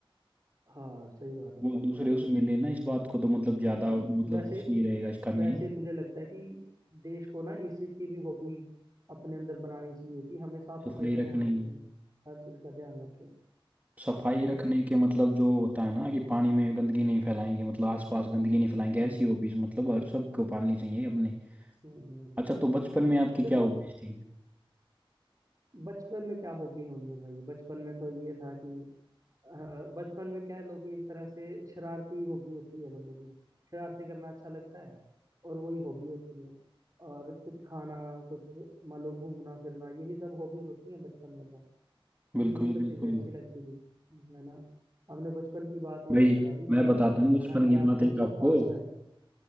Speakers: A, on the right; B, on the right.
A: हाँ सही बात है
B: वो
A: सही
B: दूसरे
A: बात है
B: उसमें लेना इस बात को तो मतलब ज्यादा
A: चलो
B: मतलब
A: वैसे
B: सही रहेगा इसका मीनिंग
A: वैसे मुझे लगता है कि देश को ना इस चीज की भी हॉबी अपने अंदर बनानी चाहिए कि हमें साफ
B: सफाई
A: सफाई का
B: रखने
A: ध्यान रखें
B: की
A: हर चीज का ध्यान रखें
B: सफाई
A: है ना
B: रखने के मतलब जो होता है ना कि पानी में गंदगी नहीं फैलाएंगे मतलब आसपास गंदगी नहीं फैलाएंगे
A: हम्म
B: ऐसी हॉबीज मतलब हर सबको पालनी चाहिए अपने
A: हम्म हम्म हम्म,
B: अच्छा
A: हम्म।
B: तो बचपन में आपकी
A: देखो
B: क्या हॉबीज थी
A: बचपन में क्या हॉबी होनी है भाई बचपन में तो ये था कि हाँ, बचपन में कह लो कि एक तरह से शरारती हॉबी होती है बंदे की शरारती करना अच्छा लगता है और वही हॉबी होती है और कुछ खाना कुछ मान लो घूमना फिरना यही सब हॉबीज होती हैं बचपन में तो तो
B: बिल्कुल
A: यही सब
B: बिल्कुल
A: चीजें अच्छी लगती थी है ना हमने बचपन की बात याद
B: भाई
A: करा दी
B: मैं
A: पुराना
B: बताता
A: टाइम
B: हूँ बचपन
A: है ना
B: की
A: क्या
B: बात
A: कहें
B: एक
A: उसको
B: आपको
A: पास टाइम